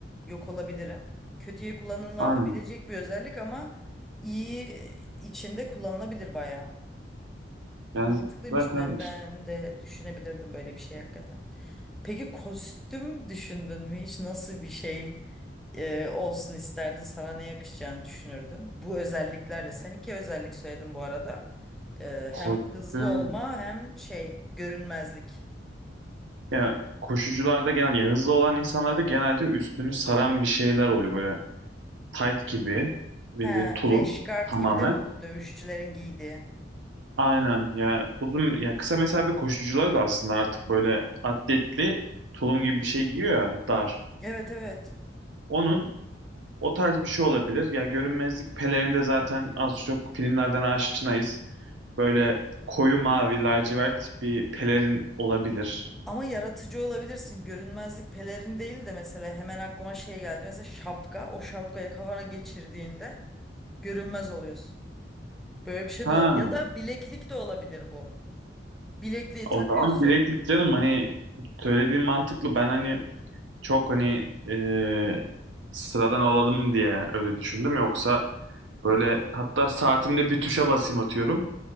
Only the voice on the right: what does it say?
Aynen.
Yani
zaten
korktuğum
ya koşucularda genel ya hızlı olan insanlarda genelde üstünü saran bir şeyler oluyor böyle tight gibi bildiğin
tulum
tamamen.
Aynen ya uzun ya kısa mesafe koşucuları da aslında artık böyle atletli tulum gibi bir şey giyiyor ya dar.
Onun o tarz bir şey olabilir. Ya görünmezlik pelerini de zaten az çok filmlerden aşinayız. Böyle koyu mavi lacivert bir pelerin olabilir.
Ha
o zaman bileklik canım hani söylediğim mantıklı. Ben hani çok hani e, sıradan olalım diye öyle düşündüm. Yoksa böyle hatta saatimde bir tuşa basayım atıyorum.